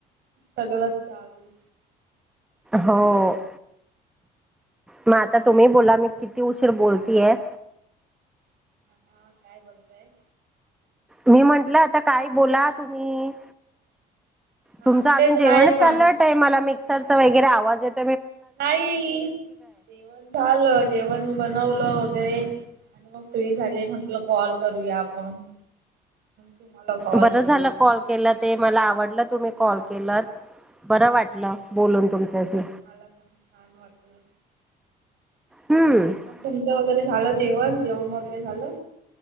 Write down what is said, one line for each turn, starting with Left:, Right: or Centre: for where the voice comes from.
Right: सगळं चालू.
Centre: हो. मग आता तुम्ही बोला मी किती उशीर बोलतीय.
Right: हा काय बोलतंय
Centre: मी म्हंटलं आता काय बोला तुम्ही?
Right: हा
Centre: तुमचं
Right: मग
Centre: अजून
Right: तेच नाही
Centre: जेवणच
Right: सांग
Centre: चाललंत आहे मला मिक्सरचा वगैर आवाज येत
Right: नाही जेवण झालं जेवण बनवलं. गर आणि मग फ्री झाले म्हटलं कॉल करूया आपण तुम्हाला कॉल
Centre: बरं
Right: केलं
Centre: झालं कॉल केलं ते मला आवडलं तुम्ही कॉल केल. बरं
Right: हा
Centre: वाटलं बोलून तुमच्याशी
Right: मला पण छान वाटलं.
Centre: हम्म
Right: मग तुमच वगैरे झालं जेवण जेवण वगैरे झालं